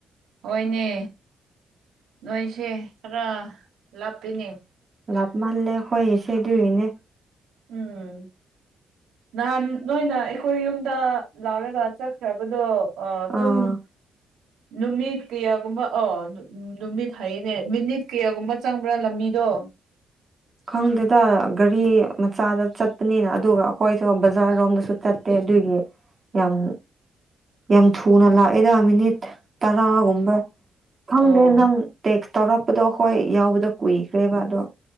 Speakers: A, on the right; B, on the right.
A: ꯍꯣꯏꯅꯦ ꯅꯣꯏꯁꯦ ꯈꯔ ꯂꯥꯞꯄꯤꯅꯦ
B: ꯂꯥꯞꯃꯟꯂꯦ ꯑꯩꯈꯣꯏꯒꯤꯁꯦ ꯑꯗꯨꯒꯤꯅꯦ
A: ꯎꯝ ꯅꯍꯥꯟ ꯅꯣꯏꯅ ꯑꯩꯈꯣꯏ ꯌꯨꯝꯗ ꯂꯥꯛꯔꯒ ꯆꯠꯈ꯭ꯔꯕꯗꯣ ꯑꯣ ꯑꯗꯨꯝ
B: ꯑꯥ
A: ꯅꯨꯃꯤꯠ ꯀꯌꯥꯒꯨꯝꯕ ꯑꯣ ꯅꯨꯃꯤꯠ ꯍꯥꯏꯅꯦ ꯃꯤꯅꯤꯠ ꯀꯌꯥꯒꯨꯝꯕ ꯆꯪꯕ꯭ꯔꯥ ꯂꯝꯕꯤꯗꯣ ꯌꯣ
B: ꯈꯪꯗꯦꯗ ꯒꯥꯔꯤ ꯃꯆꯥꯗ ꯆꯠꯄꯅꯤꯅ ꯑꯗꯨꯒ ꯑꯩꯈꯣꯏꯁꯨ ꯕꯖꯥꯔꯣꯝꯗꯁꯨ ꯆꯠꯇꯦ ꯑꯗꯨꯒꯤ ꯌꯥꯝ ꯌꯥꯝ ꯊꯨꯅ ꯂꯥꯛꯑꯦꯗ ꯃꯤꯅꯤꯠ ꯇꯔꯥꯒꯨꯝꯕ ꯈꯪꯗꯦ
A: ꯑꯣ
B: ꯅꯪ ꯇꯦꯛꯁ ꯇꯧꯔꯛꯄꯗꯣ ꯍꯣꯏ ꯌꯥꯎꯕꯗꯣ ꯀꯨꯏꯈ꯭ꯔꯦꯕ ꯑꯗꯣ